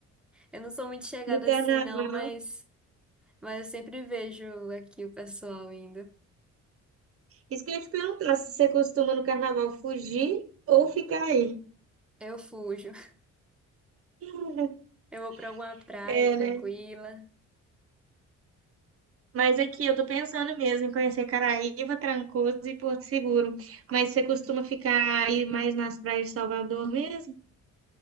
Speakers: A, in the centre; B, on the right (about 50°).
A: Eu não sou muito chegada
B: <laughs> no carnaval.
A: assim, não, mas, mas eu sempre vejo aqui o pessoal indo.
B: Isso que eu ia te perguntar, se você costuma no carnaval fugir ou ficar aí?
A: Eu fujo.
B: <laughs>
A: Eu vou pra alguma praia
B: É,
A: tranquila.
B: né? Mas aqui eu tô pensando mesmo em conhecer Caraíva, Trancoso e Porto Seguro. Mas você costuma ficar aí mais nas praias de Salvador mesmo?